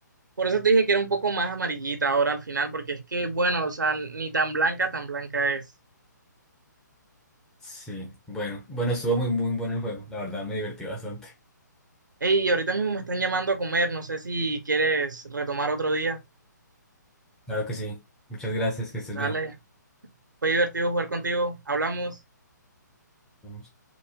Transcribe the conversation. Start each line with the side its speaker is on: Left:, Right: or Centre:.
Right: Por eso te dije que era un poco más amarillita ahora al final, porque es que, bueno, o sea, ni tan blanca, tan blanca es.
Centre: Sí, bueno, bueno, estuvo muy, muy bueno el juego. La verdad me divertí bastante.
Right: Hey, ahorita mismo me están llamando a comer, no sé si quieres retomar otro día.
Centre: Claro que sí. Muchas gracias, que estés
Right: Dale,
Centre: bien.
Right: fue divertido jugar contigo, hablamos.
Centre: Nos vemos.